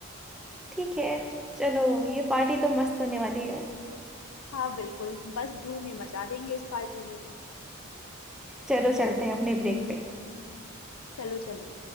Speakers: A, in the centre; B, on the left.
A: ठीक है चलो ये पार्टी तो मस्त होने वाली है
B: हाँ बिल्कुल बस धूम ही मचा देंगे इस पार्टी में तो
A: चलो चलते हैं अपने ब्रेक पे
B: चलो चलो